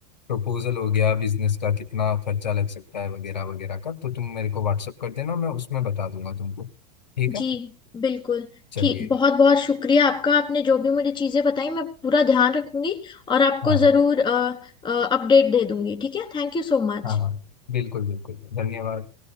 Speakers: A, on the left; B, on the left.
A: प्रपोजल हो गया बिजनेस का कितना खर्चा लग सकता है वगैरह वगैरह का तो तुम मेरे को व्हाट्सअप कर देना मैं उसमें बता दूंगा तुमको ठीक है
B: जी बिल्कुल
A: चलिए
B: ठीक बहुत बहुत शुक्रिया आपका आपने जो भी मुझे चीज़ें बताई मैं पूरा ध्यान रखूंगी और आपको
A: हाँ हाँ
B: ज़रूर अपडेट दे दूंगी ठीक है थैंक यू सो मच
A: हाँ हाँ बिल्कुल बिल्कुल धन्यवाद